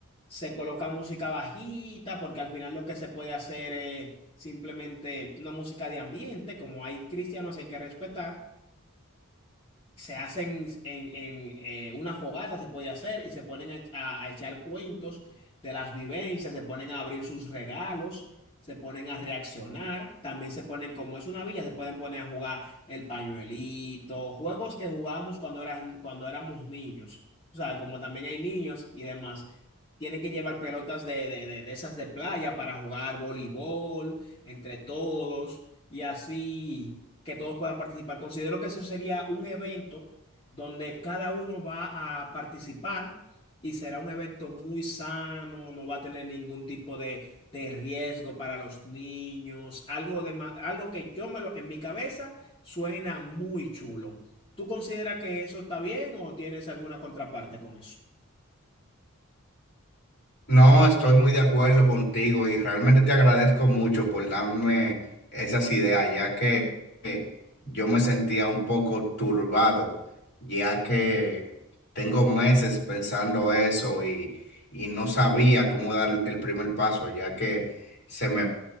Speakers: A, on the left; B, on the left.
A: Se coloca música bajita porque al final lo que se puede hacer es simplemente una música de ambiente, como hay cristianos hay que respetar se hacen en, en, eh, una fogata, se puede hacer, y se ponen a, a- a echar cuentos de las vivencias, se ponen a abrir sus regalos, se ponen a reaccionar, también se ponen, como es una villa, se pueden poner a jugar el pañuelito, juegos que jugábamos cuando eran, cuando éramos niños, o sea, como también hay niños y demás. Tienen que llevar pelotas de, de, de, de esas de playa para jugar voleibol entre todos y así que todos puedan participar. Considero que eso sería un evento donde cada uno va a participar y será un evento muy sano, no va a tener ningún tipo de, de riesgo para los niños, algo de, ma- algo que yo me lo, en mi cabeza suena muy chulo. ¿Tú consideras que eso está bien o tienes alguna contraparte con eso?
B: No, estoy muy de acuerdo contigo y realmente te agradezco mucho por darme esas ideas, ya que eh, yo me sentía un poco turbado, ya que tengo meses pensando eso y, y no sabía cómo dar el primer paso, ya que se me